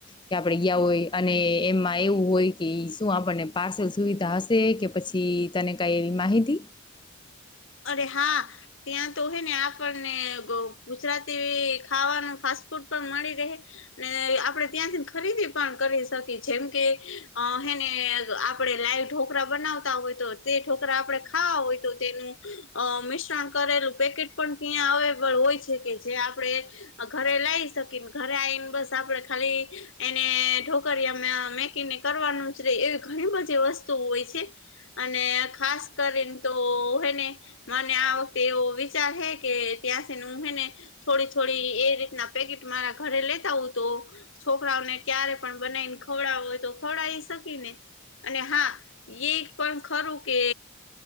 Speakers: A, on the left (about 20°); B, on the left (about 55°).
A: કે આપણે ગયા હોય અને એમાં એવું હોય કે શું આપણને પાર્સલ સુવિધા હશે કે પછી ી તને કઈ એવી માહિતી
B: અરે હા ત્યાં તો હોય ને આપણને ગુજરાતી ખાવાનું ફાસ્ટ ફૂડ પણ મળી રહે ને આપણે ત્યાંથી ખરીદી પણ કરી શકીએ જેમ કેને આપણે લાઈવ ઢોકરા બનાવતા હોય તો તે ઢોકરા આપણે ખાવા હોય તો તેનું અ મિશ્રણ કરેલું પેકેટ પણ ત્યાં અવેલેબલ હોય છે કે જે આપણે ઘરેલ લાવ શકીને ઘરે આવીને બસ આપડે ખાલી એને ઢોકરી મેકીને કરવાનું એવી ઘણી બધી વસ્તુ હોય છે અને ખાસ કરીને તો હોને મને આ વખતે એવો વિચાર હે કે ત્યાં છેને હું હને થોડી થોડી એ રીતના પટ મારા ઘરે લેતા હો તો છોકરાઓને ક્યારે પણ બનાવીને ખવડાવ હોય તો ખવડ હા એ પણ ખરું કે